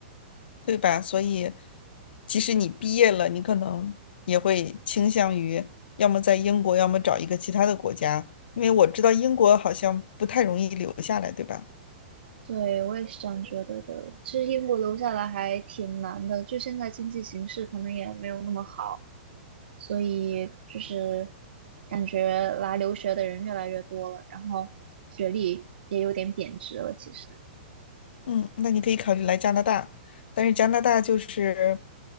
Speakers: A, on the left; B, on the right.
A: 对吧？所以，即使你毕业了，你可能也会倾向于要么在英国，要么找一个其他的国家，因为我知道英国好像不太容易留下来，对吧？
B: 对，我也是这样觉得的。其实英国留下来还挺难的，就现在经济形势可能也没有那么好。所以就是感觉来留学的人越来越多了，然后学历也有点贬值了。其实，
A: 嗯，那你可以考虑来加拿大，但是加拿大就是